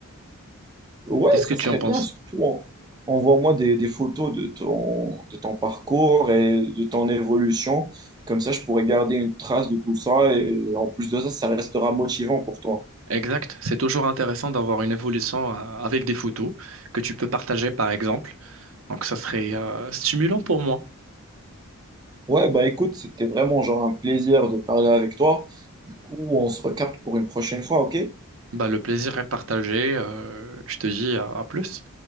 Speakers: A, on the right; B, on the right.
A: Ouais,
B: Qu'est-ce
A: ça
B: que tu
A: serait
B: en penses?
A: bien, surtout en- envoie-moi des, des photos de ton, de ton parcours et de ton évolution. Comme ça, je pourrais garder une trace de tout ça et en plus de ça, ça restera motivant pour toi.
B: Exact. C'est toujours intéressant d'avoir une évolution euh, avec des photos que tu peux partager, par exemple. Donc, ça serait euh, stimulant pour moi.
A: Ouais, bah écoute, c'était vraiment genre un plaisir de parler avec toi. Du coup, on se recapte pour une prochaine fois, ok?
B: Bah, le plaisir est partagé. Euh, je te dis à à plus.